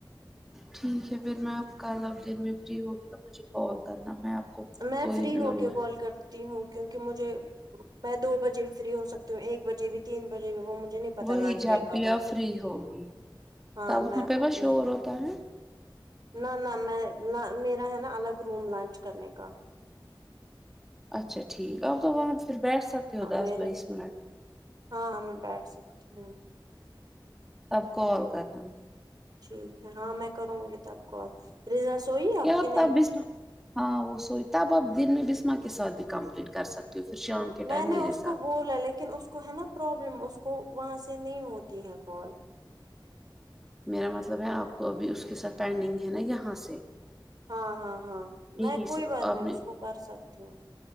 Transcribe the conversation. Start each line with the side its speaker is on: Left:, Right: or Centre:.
Centre: ٹھیک ہے پھر میں کل اب دن میں فری ہوگی تو مجھے کال کرنا میں آپ کو
Right: میں
Centre: کوئی
Right: فری
Centre: نمبر
Right: ہو کے کال کر ہوں کیونکہ مجھے میں دو بجے بھی فری ہو سکتی ہوں ایک بجے بھی تین بجے بھی وہ مجھے نہیں پتا
Centre: وہی
Right: لانج بریک
Centre: جب
Right: اپ
Centre: بھی
Right: ہوگی
Centre: فری ہوگی
Right: ہاں
Centre: تب
Right: میں
Centre: وہاں پہ بس شور
Right: یہ
Centre: ہوتا ہے
Right: نہ نہ میں میرا ہے نا الگ روم لنچ کرنے کا
Centre: اچھا ٹھیک ہے آپ تو وہاں پھر بیٹھ سکتے ہو دس
Right: میرے
Centre: بیس منٹ
Right: ہاں میں بیٹھ سکتی ہ
Centre: تب کال کرنا
Right: ٹھیک ہے ہاں میں کروں گا ک تب کال ریضا سوئی آپ
Centre: کیاتا
Right: کی نہیں
Centre: بھیسنا ہاں وہ سویی تب آپ دن میں بسما کے ساتھ بھی کمپلیٹ کر سکتی ہو پھر شام کے
Right: میں
Centre: ٹائم
Right: نے
Centre: میرے
Right: اس
Centre: ساتھ
Right: کو بولا لیکن اس کو ہے نا پرابلم اس کو وہاں سے نہیں ہوتی ہے کال
Centre: میرا مطلب ہے آپ کو ابھی اس کے ساتھ پینڈنگ ہے نا یہاں سے
Right: ہاں ہاں ہاں
Centre: یہی
Right: میں کوئی
Centre: سے
Right: بات
Centre: آپ
Right: نہیں
Centre: نے
Right: اس کو کر سکتی ہوں